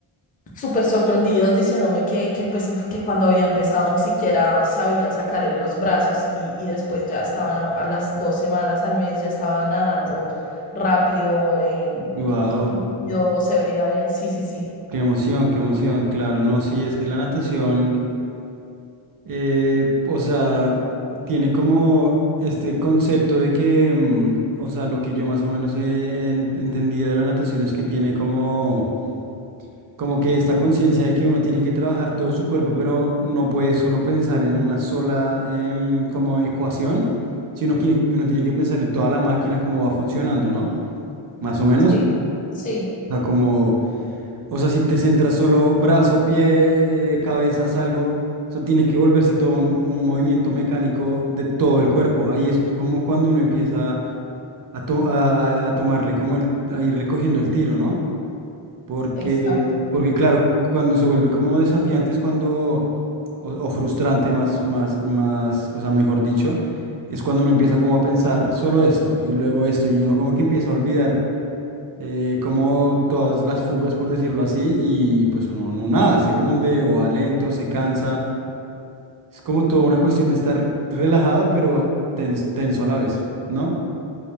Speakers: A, on the left (about 20°); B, on the right (about 45°).
A: súper sorprendidos diciéndome que, que pues que cuando había empezado ni siquiera sabía sacar el- los brazos y, y después ya estaba a las dos semanas al mes ya estaba nadando rápido, em,
B: Wow.
A: yo se veía bien, sí, sí, sí.
B: Qué emoción, qué emoción, claro, no, sí, es que la natación, eh, o sea, tiene como este concepto de que, mm, o sea, lo que yo más o menos he en- entendido de la natación es que tiene como, como que esta conciencia de que uno tiene que trabajar todo su cuerpo, pero no puede solo pensar en una sola em, como ecuación, sino que uno tiene que pensar en toda la máquina, cómo va funcionando, ¿no? Más o menos,
A: Sí, sí,
B: o sea, como O sea, si te centras solo brazo, pie, eh, cabeza, algo, o sea, tiene que volverse todo un, un movimiento mecánico de todo el cuerpo. Ahí es como cuando uno empieza a, to- a- a- a tomarle, como el- a irle cogiendo el tiro, ¿no? Porque,
A: exacto.
B: porque claro, cu- cuando se vuelve como desafiante es cuando, o, o frustrante más, más, más, o sea, mejor dicho, es cuando uno empieza como a pensar solo esto y luego esto y uno como que empieza a olvidar eh, como todas las fugas, por decirlo así, y pues uno no nada, se hunde o va lento, se cansa. Es como toda una cuestión de estar relajado, pero tens- tenso a la vez, ¿no?